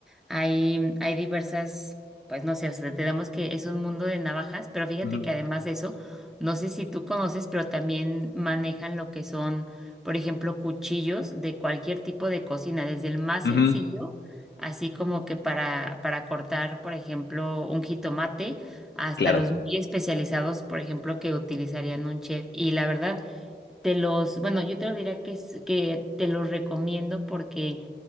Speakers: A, in the centre; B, on the left.
A: hay, hay diversas, pues no sé, o sea, tenemos que es un mundo de navajas, pero fíjate
B: Ujú,
A: que además de eso, no sé si tú conoces, pero también manejan lo que son, por ejemplo, cuchillos de cualquier tipo de cocina, desde el más
B: ujú,
A: sencillo, así como que para, para cortar, por ejemplo, un jitomate, hasta
B: claro.
A: los muy especializados, por ejemplo, que utilizarían un chef. Y la verdad, te los, bueno, yo te lo diría que, es- que te los recomiendo porque,